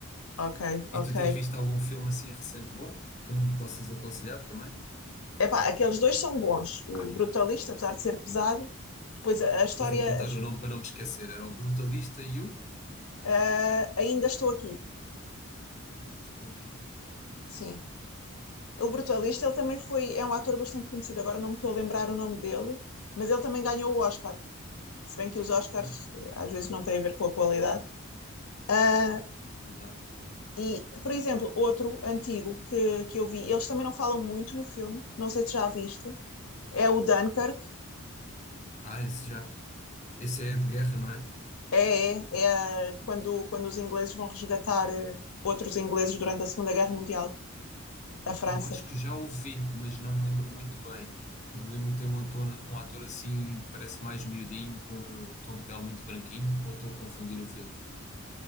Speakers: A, on the left; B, on the left.
A: ok, ok.
B: E tu tens visto algum filme assim recente bom que me possas aconselhar também?
A: Epá, aqueles dois são bons. O Brutalista, apesar de ser pesado, depois a, a história.
B: Até vou apontar o nome para não me esquecer. Era o Brutalista e o.
A: a- a- ainda estou aqui.
B: Estou aqui,
A: Sim. O Brutalista, ele também foi. É um ator bastante conhecido, agora não me estou a lembrar o nome dele, mas ele também ganhou o Oscar. Se bem que os Oscars
B: ok?
A: eh, às vezes não têm a ver com a qualidade. Ah,
B: Verdade.
A: E, por exemplo, outro antigo que, que eu vi, eles também não falam muito no filme, não sei se já viste, é o Dunkirk,
B: Ah, esse já. Esse é de guerra, não é?
A: é, é, é quando, quando os ingleses vão resgatar eh, outros ingleses durante a Segunda Guerra Mundial, a França.
B: Eu acho que já ouvi, mas não me lembro muito bem. Eu lembro-me de ter um ator, um ator assim que parece mais miudinho, com um tom de pele muito branquinho, ou estou a confundir o filme,